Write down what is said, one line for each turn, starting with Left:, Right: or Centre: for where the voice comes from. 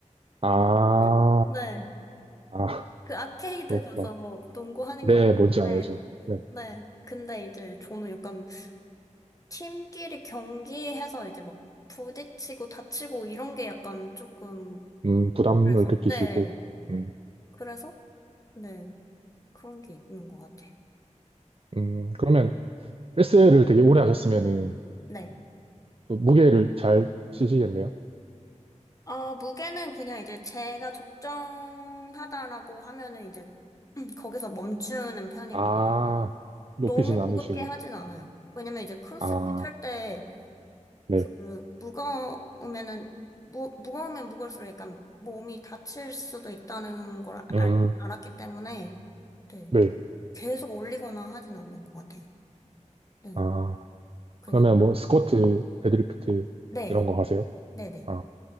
Right: 아,
Left: <laughs> 네.
Right: 아,
Left: 그 아케이드
Right: 그렇구나.
Left: 가서 농구하는
Right: 네,
Left: 건,
Right: 뭔지 알죠.
Left: 네.
Right: 네.
Left: 네. 근데 이제 저는 약간 팀끼리 경기해서 이제 막 부딪히고 다치고 이런 게 약간 조금,
Right: 음, 부담을
Left: 그래서,
Right: 느끼시고.
Left: 네.
Right: 음,
Left: 그래서, 네, 그런 게 있는 것 같아요.
Right: 음, 그러면 헬스를 되게 오래 하셨으면은
Left: 네.
Right: 또 무게를 잘 치시겠네요.
Left: 어, 무게는 그냥 이제 제가 적정하다라고 하면은 이제 <clears throat> 거기서 멈추는 편이고요.
Right: 아, 높이진
Left: 너무 무겁게
Right: 않으시고.
Left: 하진 않아요. 왜냐면 이제 크로스핏
Right: 아,
Left: 할 때
Right: 네.
Left: 그 무거우면은 무, 무거우면 무거울수록 약간 몸이 다칠 수도 있다는 걸
Right: 음,
Left: 알, 알았기 때문에 네.
Right: 네.
Left: 계속 올리거나 하진 않는 것 같아요. 네.
Right: 아.
Left: 그냥
Right: 그러면 뭐 스쿼트, 데드리프트
Left: 네.
Right: 이런 거 하세요?
Left: 네네.
Right: 아,